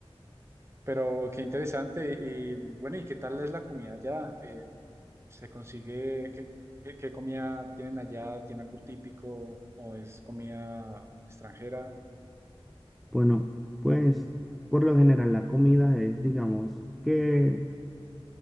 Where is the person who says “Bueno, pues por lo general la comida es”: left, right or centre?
Centre